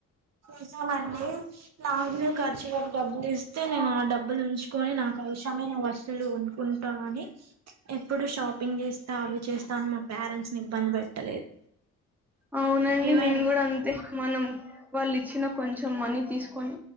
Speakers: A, on the right; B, in the centre.
A: ఇస్తం అండి నాక్ గుడ ఖర్చులకి డబ్బులిస్తే నేను ఆ డబ్బులు ఉంచుకొని నాకు అవసరమైన వస్తువులు కొనుక్కుంట అని ఎప్పుడు షాపింగ్ చేస్ స్తా అవి చేస్తా అని మా పేరెంట్స్ని ఇబ్బంది పెట్టలేదు.
B: అవునండి
A: ఈవెన్
B: నేను కూడా అంతే మనం వాళ్ళు ఇచ్చిన కొంచం మనీ తీస్కొని